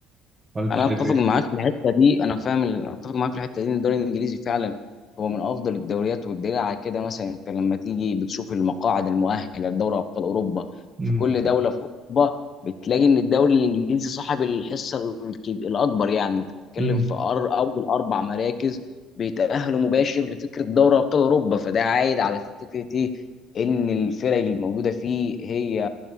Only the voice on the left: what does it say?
انا
اتفق
معاك في الحته دي انا فاهم ال- اتفق معاك في الحته دي ان الدوري الانجليزي فعلا هو من افضل الدوريات والدليل على كده مثلا انت لما تيجي بتشوف المقاعد المؤهله لدوري ابطال اوروبا
في كل دوله في اوروبا بتلاقي ان الدوري الانجليزي صاحب الحصه الكب- الاكبر يعني انت بتتكلم
في أر اول اربع مراكز بيتاهلوا مباشر لفكره دوري ابطال اوروبا فده عايد على فكره ايه ان الفرق الموجوده فيه هي